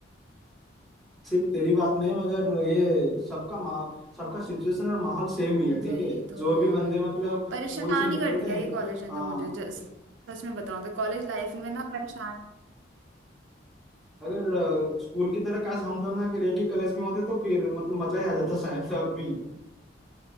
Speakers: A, in the centre; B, on the right.
A: सिर्फ तेरी बात नहीं है, मगर ये सबका मा सबका सिचुएशन और माहौल सेम ही है
B: वही
A: ठीक है
B: तो
A: जो
B: यार
A: भी बंदे मतलब
B: परेशान
A: स्कूल से निकलते
B: ही कर दिया
A: हैं
B: ये कॉलेज ने
A: हाँ
B: तो मुझे ज- सच में बताऊं तो कॉलेज लाइफ में ना परेशान
A: अगर अ, स्कूल की तरह काश हम दोनों अगर एक ही कॉलेज में होते तो फिर मतलब मजा ही आ जाता शायद अब भी